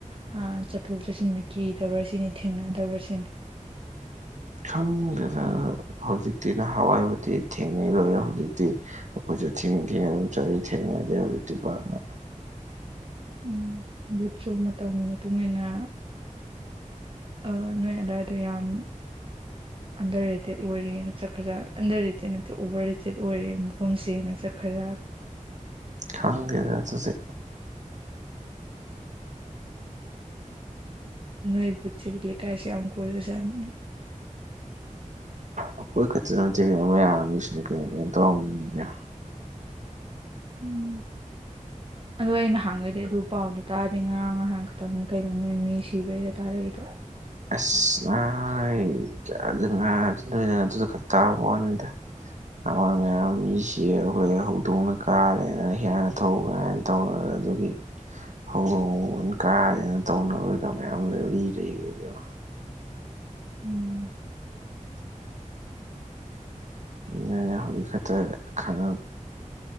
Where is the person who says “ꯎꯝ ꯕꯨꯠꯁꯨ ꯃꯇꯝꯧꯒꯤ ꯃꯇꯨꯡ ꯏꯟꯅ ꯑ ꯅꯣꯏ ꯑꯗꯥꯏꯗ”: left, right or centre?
Right